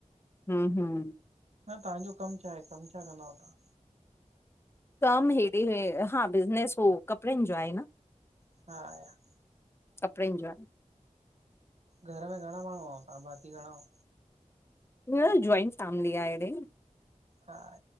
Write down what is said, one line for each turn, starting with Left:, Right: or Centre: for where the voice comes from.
Left: हुं -हुं।
Right: न तव्हांजो कमु छा आहे? कमु छा कंदा अओ तहां?
Left: कम हेॾे हे, हा बिज़नस हो कपड़ेनि जो आहे न।
Right: <unintelligible>
Left: कपड़ेन जो आए।
Right: घर में घणा माण्हू आओ तहां? भाती घणा आहो?
Left: न जॉइंट फैमिली आ हेॾे।
Right: हा।